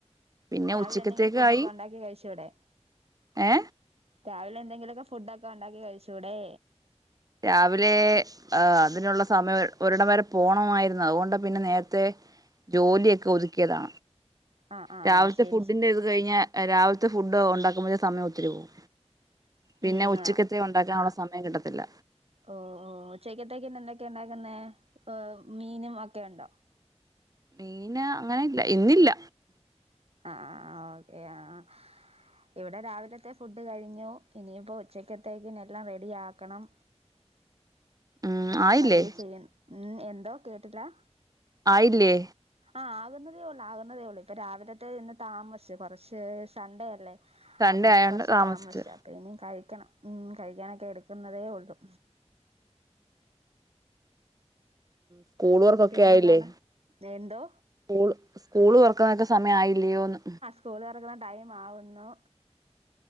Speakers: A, on the right (about 30°); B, on the right (about 60°).
A: പിന്നെ
B: രാവിലെ
A: ഉച്ചക്കത്തേക്കായി
B: എന്നാങ്കിലും ഫുഡൊക്കെ ഒണ്ടാക്കി കഴിച്ചൂടെ
A: ഏ
B: രാവിലെ എന്തെങ്കിലൊക്കെ ഫുഡ്ഡക്കെ ഉണ്ടാക്കി കഴിച്ചൂടേ
A: രാവിലേ.. ആഹ് അതിനുള്ള സമയം ഒരിടം വരെ പോണമായിരുന്നു അവോണ്ട പിന്നെ നേരത്തെ ജോലിയൊക്കെ ഒതുക്കിയതാ
B: ആഹ് ആഹ്
A: രാവിൽത്തെ
B: ആഹ് ശരി
A: ഫുഡിന്റെ
B: ശരി
A: ഇത് കഴിഞ്ഞാ രാവിൽത്തെ ഫുഡ് ഒണ്ടാക്കുമ്പോഴെ സമയം ഒത്തിരി പോവും പിന്നെ
B: ഉം
A: ഉച്ചക്കത്തെ ഉണ്ടാക്കാന്ള്ള സമയം കിട്ടത്തില്ല
B: ഓഹ് ഓഹ് ഉച്ചക്കത്തേക്കിന്ന് എന്തൊക്കെ ഉണ്ടാക്കുന്നേ ഓഹ് മീനും ഒക്കെയുണ്ടോ
A: മീന് അങ്ങനെയില്ലാ ഇന്നില്ല
B: ആഹ് ഓക്കെ ആഹ് ഇവടെ രാവിലത്തെ ഫുഡ് കഴിഞ്ഞു ഇനിയിപ്പോ ഉച്ചക്കത്തേക്കിനിയെല്ലാം റെഡിയാക്കണം
A: ഉം ആയില്ലേ
B: പതിയെ ചെയ്യൻ ഉം എന്തോ കേട്ടിട്ട്ല്ലാ
A: ആയില്ലേ
B: ആഹ് ആകുന്നതേയുള്ളു ആകുന്നതേയുള്ളൂ ഇപ്പം രാവിലത്തെ ഇന്ന് താമസിച്ച് കൊറച്ച് സൺഡേയല്ലേ
A: സൺഡേ
B: അപ്പം
A: ആയോണ്ട്
B: കൊറച്ച്
A: താമസിച്ച്
B: താമസിച്ചാ പിന്നെ കഴിക്കണം ഉം കഴിക്കാനൊക്കെ എടുക്കുന്നതേ ഒള്ളു
A: സ്കൂള് വർക്കൊക്കെ
B: പിന്നെന്താണ്
A: ആയില്ലേ
B: എന്തോ
A: സ്കൂൾ സ്കൂള് തൊർക്കാൻ ഒക്കെ സമയം ആയില്ലയോന്ന്
B: സ്കൂളൊർക്ക്ണെ ടൈമാകുന്നു